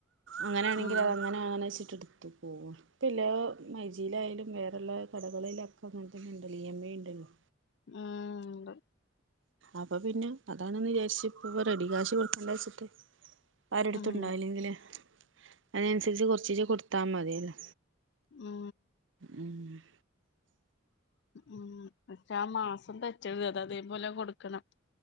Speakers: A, on the right (about 70°); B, on the left (about 60°).
A: അങ്ങനൊണെങ്കിൽ
B: ഉം
A: അത അങ്ങനെ അങ്ങനെ വെച്ചിട്ട എടുക്ക് പോവും ഇപില്ലാ മൈജിയിലായാലും വേറെള്ള കടകളിലൊക്കെ അങ്ങനെ തന്നെ ഉണ്ടല്ലോ ഇമ്മൈ ഉണ്ടല്ലോ?
B: ആഹ് ഒണ്ട്-
A: അപ്പൊ പിന്നെ അതാണെന്ന് വിചാരിച്ച് ഇപ്പ പ്പ റെഡി കാശ് കൊടുക്കണ്ട വെച്ചിട്ട്- ആരെടുത്തുണ്ടായില്ലെങ്കില്
B: ഉം
A: അതിനനുസരിച്ച് കൊറച്ചീച കൊടുത്താ മതിയല്ലോ?
B: ഉം
A: ഉം-
B: ഉം പക്ഷെ ആ മാസം തെറ്റരുത് അത അതേപലെ കൊടുക്കണം-